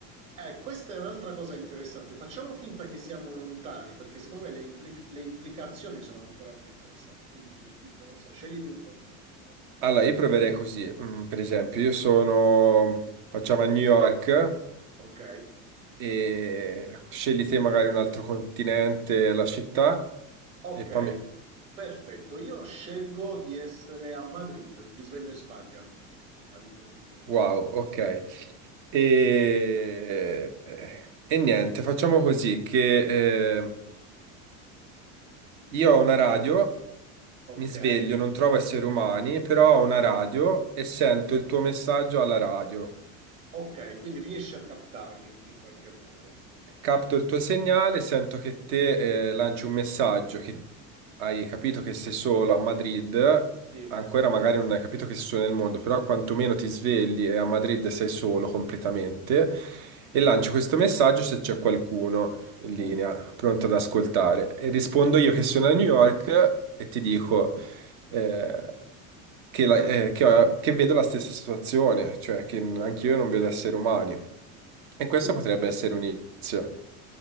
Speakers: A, on the right; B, on the right.
A: Eh, questa è un'altra cosa interessante. Facciamo finta che siamo lontani, perché secondo me le, implif- le implicazioni sono ancora più interessanti. Quindi, tipo, non so, scegliti un continente. Dove
B: Allora,
A: vuoi
B: io
A: essere?
B: proverei così. Mm, per esempio, io sono, facciamo a New York
A: Ok,
B: e scegli te magari un altro continente, la città
A: ok,
B: e poi mi...
A: perfetto. Io scelgo di essere a Madrid, mi sveglio in Spagna all'improvviso.
B: Wow, ok. E, e niente, facciamo così che... eh, Io ho una radio,
A: Okay,
B: mi sveglio, non trovo esseri umani, però ho una radio e sento
A: okay.
B: il tuo messaggio alla radio.
A: Okay, quindi riesci a captarmi in qualche modo.
B: Capto il tuo segnale, sento che te eh, lanci un messaggio che hai capito che sei solo a Madrid,
A: Sì,
B: ancora magari non hai capito che sei solo nel mondo, però quantomeno ti svegli e a Madrid sei solo completamente e lancio questo messaggio se c'è qualcuno in linea,
A: okay,
B: pronto ad ascoltare. E rispondo io che sono a New York e ti dico... eh, che, la- eh, che ho- che vedo la stessa situazione, cioè che n-
A: okay.
B: anch'io non vedo esseri umani. E questo
A: Tutto
B: potrebbe essere un inizio.